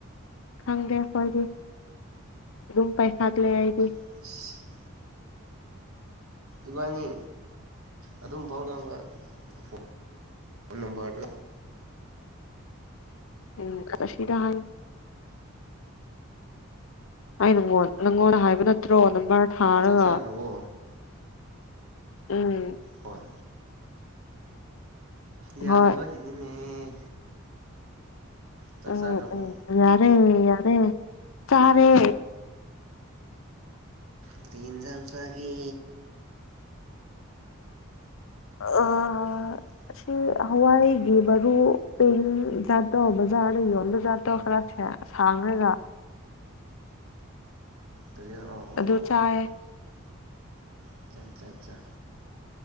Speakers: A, on the left; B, on the right.
A: ꯈꯪꯗꯦ ꯑꯩꯣꯏꯗꯤ ꯑꯗꯨꯝ ꯄꯥꯏꯈꯥꯠꯂꯦ ꯑꯩꯗꯤ
B: ꯑꯣꯐ ꯏꯕꯥꯅꯤ ꯑꯗꯨꯝ ꯐꯥꯎꯅꯕ ꯐꯣꯟ ꯅꯝꯕꯔꯗ
A: ꯎꯝ ꯑ ꯁꯤꯗ ꯍꯥꯏ ꯑꯩ ꯅꯪꯉꯣꯟ ꯅꯪꯉꯣꯟꯜꯗ ꯍꯥꯏꯕ ꯅꯠꯇ꯭ꯔꯣ ꯅꯝꯕꯔ ꯊꯥꯔꯒ
B: ꯆꯥꯛ ꯆꯥꯈ꯭ꯔꯕꯣ
A: ꯎꯝ
B: ꯍꯣꯏ ꯌꯥꯗꯕꯒꯤꯅꯤꯅꯦ
A: ꯍꯣꯏ
B: ꯆꯥꯛ
A: ꯎꯝ
B: ꯆꯥꯈ꯭ꯔꯕꯣ
A: ꯎꯝ ꯌꯥꯔꯦ ꯌꯥꯔꯦ ꯇꯔꯦ
B: ꯀ꯭ꯔꯤꯟꯖꯥꯡꯁꯒꯦ
A: ꯑꯣ
B: <inaudible>
A: ꯑꯁꯤ ꯍꯋꯥꯏꯒꯤ ꯃꯔꯕꯥꯨ ꯄꯦꯡ ꯖꯥꯠꯇꯣ ꯕꯖꯥꯔꯗ ꯌꯣꯟꯕ ꯖꯥꯠꯇꯣ ꯈꯔꯁꯦ ꯁꯥꯡꯔꯒ
B: ꯀꯔꯤ ꯑꯣ ꯑꯣ
A: ꯑꯗꯨ
B: ꯑꯣ
A: ꯆꯥꯏꯌꯦ
B: ꯑꯆꯥ ꯆꯆꯥ